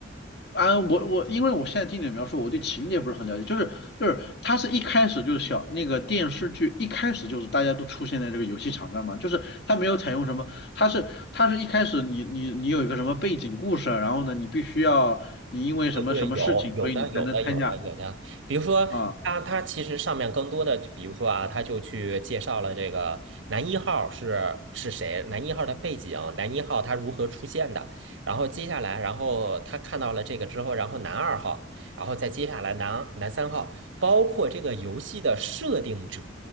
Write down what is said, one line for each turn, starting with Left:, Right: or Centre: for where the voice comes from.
Left: 啊，我我因为我现在听你的描述，我对情节不是很了解，就是就是它是一开始就是小那个电视剧一开始就是大家都出现在这个游戏场上嘛，就是它没有采用什么，它是它是一开始你你你有一个什么背景故事啊，然后呢你必须要你因为什么什么事情，
Right: 对对，有有的有的有的有的，
Left: 所以你才能参加
Right: 比如说他他其实上面更多的，
Left: 啊
Right: 比如说啊，他就去介绍了这个男一号是是谁，男一号的背景，男一号他如何出现的，然后接下来，然后他看到了这个之后，然后男二号，然后再接下来男男三号，包括这个游戏的设定者，